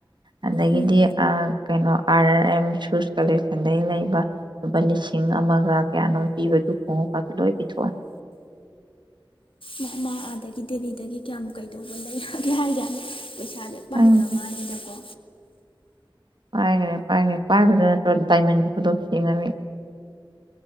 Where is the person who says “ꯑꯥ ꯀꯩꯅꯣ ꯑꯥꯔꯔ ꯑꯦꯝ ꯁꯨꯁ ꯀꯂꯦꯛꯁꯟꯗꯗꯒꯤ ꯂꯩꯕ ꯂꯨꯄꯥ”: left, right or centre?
Right